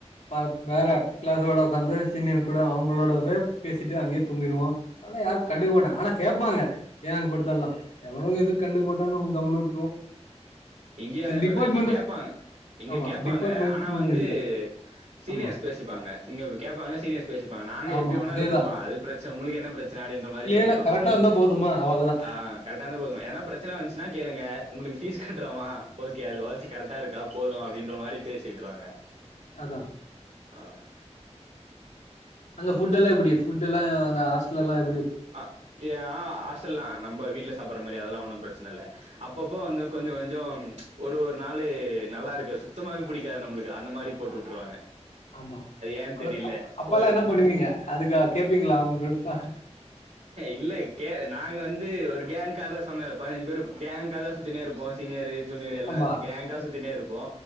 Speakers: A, on the left; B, on the right.
A: பா வேற கிளாஸோட உக்காந்து சீனியர் கூட அவுங்களோடவே பேசிட்டு அங்கயே தூங்கிடுவோ அதல்லா யாரு
B: ஆ
A: கண்டுக்க மாட்டாங்க ஆனா கேப்பாங்க ஏன் அங்க படுத்தல்லா எவனு எது கண்டுக்க மாட்டாங்க நம்ம கம்முனு விட்ருவோ
B: இங்கயு
A: இந்த
B: அதே
A: டிபார்ட்மெண்ட்
B: மாரிதா இங்க கேப்பாங்க இங்க
A: ஆமா.
B: கேப்பாங்க
A: டிபார்ட்மெண்ட்ஸ்
B: ஆனா வந்து
A: எழுதிட்டோம்.
B: சீனியர்ஸ்
A: ஆமா,
B: பேசிப்பாங்க இங்க கேப்பாங்க சீனியர்ஸ் பேசிப்பாங்க நாங்க
A: ஆமா.
B: எப்டி வேண்ணா
A: அதேதான்.
B: இருப்போ அது பிரச்சன உங்களுக்கு என்ன பிரச்சன அப்டின்ற மாரி
A: கிளியரா
B: சொல்லிருவாங்க
A: கரெக்ட்டா
B: உங்களுக்
A: இருந்தா போதுமா? அவ்வளதான்.
B: ஆ கரெக்டா இருந்தா போதுமா ஏன்னா பிரச் சனா வந்துச்சுன்னா கேளுங்க உங்களுக்கு ஃபீஸ் கட் றமா ஓகே அதுவாச்சு கரெக்டா இருக்கா போது அப்டின்ற மாரி பேசி விட்ருவாங்க
A: அதா
B: ஆ
A: அங்க ஃபுட் எல்லா எப்டி ஃபுட் எல்லா அங்க ஹாஸ்ட்லல்லா எப்டி
B: அ ஏ ஆ ஆஸ்டல்லா நம்ப வீட்ல சாப்பட்ற மாரி அதெல்லா ஒண்ணும் பிரச் சன இல்ல அப்பப்போ வந்து கொஞ்சோ கொஞ்சோ ஒரு ஒரு நாளு நல்லா இருக்காது சுத்தமாவே புடிக்காது நம்மளுக்கு அந்த மாரி போட்டு விட்ருவாங்க
A: ஆமா
B: ஏன்
A: அது
B: தெரில
A: அப் அப்பல்லா
B: ஒரு
A: என்ன பண்ணுவீங்க அதுக்காக கேப்பீங்களா அவங்க ஆ
B: இல்ல கே நாங்க வந்து ஒரு கேங்காகதா சொன்ன பதினஞ்சு பேர் கேங்காதா சுத்தினே இருப்போ சீனியரு ஜூனியரு எல்லா
A: ஆமா.
B: கேங்கா சுத்தினே இருப்போ